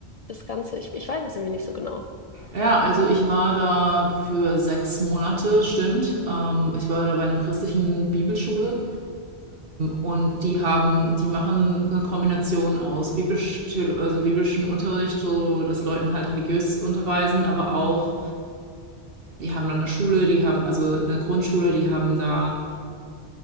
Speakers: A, on the left; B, on the right.
A: das Ganze, ich, ich weiß es nämlich nicht so genau.
B: ja, also ich war da für sechs Monate, stimmt. Ähm, ich war da bei einem christlichen Bibelschule und die haben, die machen eine Kombination aus biblisch, Theolo- also biblischen Unterricht, so dass Leuten halt religiös unterweisen, aber auch, die haben dann eine Schule, die haben also eine Grundschule, die haben da